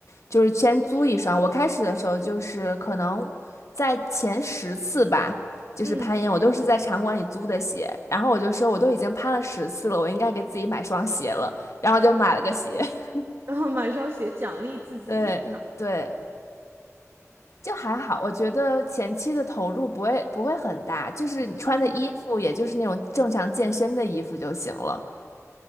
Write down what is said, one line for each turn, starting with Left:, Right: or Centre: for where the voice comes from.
Left: 就是先租一双。我开始的时候就是可能在前十次吧，就是攀岩，
Right: 嗯，
Left: 我都是在场馆里租的鞋，然后我就说我都已经攀了十次了，我应该给自己买双鞋了，然后就买了个鞋。<laughs>
Right: 然后马上写奖励自己。
Left: 对对，就还好，我觉得前期的投入不会不会很大，就是你穿的衣服，
Right: 嗯。
Left: 也就是那种正常健身的衣服就行了。